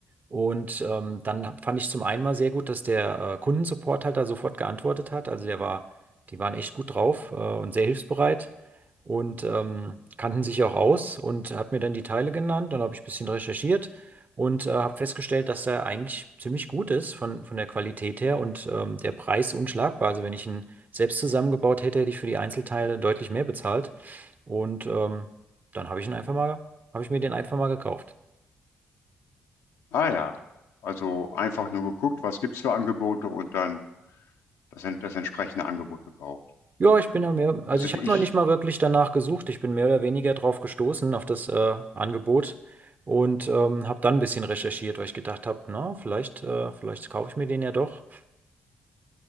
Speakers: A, on the right; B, on the left.
A: Und ähm, dann fand ich zum einen mal sehr gut, dass der äh, Kundensupport halt da sofort geantwortet hat. Also der war, die waren echt gut drauf äh, und sehr hilfsbereit und ähm, kannten sich auch aus und hat mir dann die Teile genannt. Dann habe ich ein bisschen recherchiert und äh, habe festgestellt, dass der eigentlich ziemlich gut ist von, von der Qualität her und ähm, der Preis unschlagbar. Also wenn ich ihn selbst zusammengebaut hätte, hätte ich für die Einzelteile deutlich mehr bezahlt. Und ähm, dann habe ich ihn einfach mal, habe ich mir den einfach mal gekauft.
B: Ah ja, also einfach nur geguckt, was gibt's für Angebote und dann das, ent- das entsprechende Angebot gekauft.
A: Ja, ich bin ja mehr, also
B: Also
A: ich habe
B: wie ich,
A: noch nicht mal wirklich danach gesucht. Ich bin mehr oder weniger drauf gestoßen, auf das äh, Angebot und ähm, habe dann ein bisschen recherchiert, weil ich gedacht habe, na, vielleicht, äh, vielleicht kaufe ich mir den ja doch.